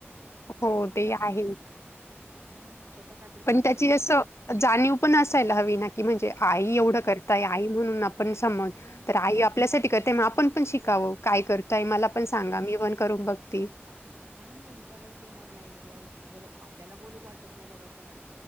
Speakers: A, on the left; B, on the right.
A: हो,
B: पण तिला
A: ते आहे.
B: मग. स्वतः काही तरी
A: पण
B: खाल्लं
A: त्याची
B: दोघांनी
A: असं जाणीव पण असायला हवी ना की म्हणजे आई एवढं करताय आई म्हणून आपण समज
B: मग
A: तर आई आपल्यासाठी करते मग आपण पण शिकावं काय करताय आई मला पण सांगा मी पण करून बघती.
B: हा नाही नाही विचारायलाच येणार नाही जेव्हा बर आपल्याला बोलू वाटत नाही बाबा चला